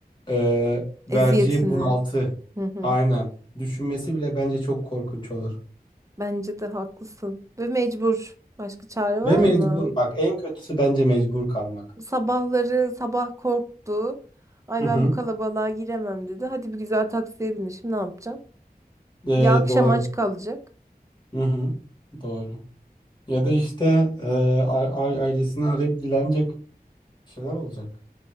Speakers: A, on the left; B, on the right.
A: e, vereceği
B: Eziyetini.
A: bunaltı.
B: Hı hı.
A: Aynen. Düşünmesi bile bence çok korkunç olur.
B: Bence de haklısın. Ve mecbur. Başka çare var
A: Ve mecbur.
B: mı?
A: Bak en kötüsü bence mecbur kalmak.
B: Sabahları sabah korktu. Ay
A: Hı hı.
B: ben bu kalabalığa giremem dedi. Hadi bir güzel taksiye bindi. Şimdi ne yapacağım?
A: E,
B: Ya akşam
A: doğru.
B: aç kalacak.
A: Hı hı. Doğru. Ya da işte e, a- a- ailesini arayıp dilenecek şeyler olacak.